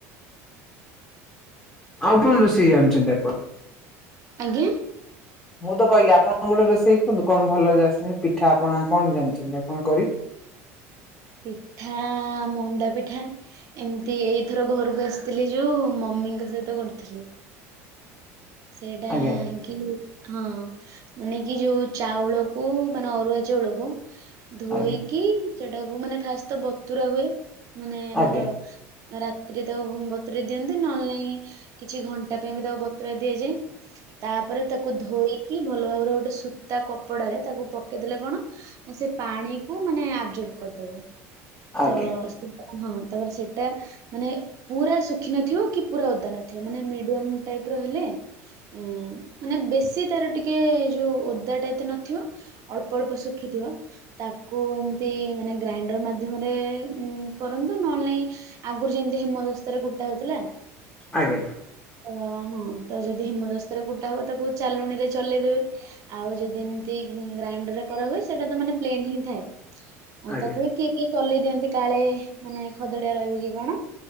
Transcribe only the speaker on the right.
ଆଜ୍ଞା।
ପିଠା- ମଣ୍ଡା ପିଠା। ଏମିତି ଏଇଥର ଘରକୁ ଆସିଥିଲି ଯୋଉ ମମିଙ୍କ ସହିତ କରୁଥିଲି। ସେଇଟା
କି ହଁ ମାନେ କି ଯୋଉ ଚାଉଳକୁ ମାନେ ଅରୁଆ ଚାଉଳକୁ ଧୋଇକି
ସେଟାକୁ ମାନେ ଫାଷ୍ଟ ତ ବତୁରା ହୁଏ ମାନେ ଆମର
ରାତିରେ ତାକୁ ବତୁରେଇ ଦିଅନ୍ତି ନହେଲେ ନାହିଁ କିଛି ଘଣ୍ଟା ପାଇଁ ବି ତାକୁ ବତୁରା ଦିଆଯାଏ। ତାପରେ ତାକୁ ଧୋଇକି ଭଲ ଭାବରେ ଗୋଟେ ସୂତା କପଡ଼ାରେ ତାକୁ ପକେଇଦେଲେ କଣ ସେ ପାଣି କୁ ମାନେ ଆବଜର୍ଭ କରିଦବ।
ତ ହଁ ତାପରେ ସେଟା ମାନେ ପୁରା ଶୁଖି ନଥିବ କି ପୁରା ଓଦା ନଥିବ ମାନେ ମିଡିୟମ ଟାଇପ୍ ର ହେଲେ ଉଁ ମାନେ ବେଶୀ ତାର ଟିକେ ଏ ଯୋଉ ଓଦା ଟା ଏତେ ନଥିବ। ଅଳ୍ପ ଅଳ୍ପ ଶୁଖିଥିବ। ତାକୁ ଏମତି ମାନେ ଗ୍ରାଇଣ୍ଡର ମାଧ୍ୟମରେ କରନ୍ତୁ ନହେଲେନାଇଁ ଆଗରୁ ଯେମିତି ହେମଦସ୍ତାରେ କୁଟା ହଉଥିଲା।
ଅ ହଁ ତ ଯଦି ହେମଦସ୍ତାରେ କୁଟା ହବ ତାକୁ ଚାଲୁଣୀରେ ଚଲେଇଦେବେ। ଆଉ ଯଦି ଏମିତି ଗ୍ରାଇଣ୍ଡରରେ କରା ହୁଏ ସେଇଟା ତ ମାନେ ପ୍ଲେନ ହିଁ ଥାଏ।
ତଥାପି କିଏ କିଏ ଚଲେଇ ଦିଅନ୍ତି କାଳେ ମାନେ ଖଦଡିଆ ରହିବ କି କଣ।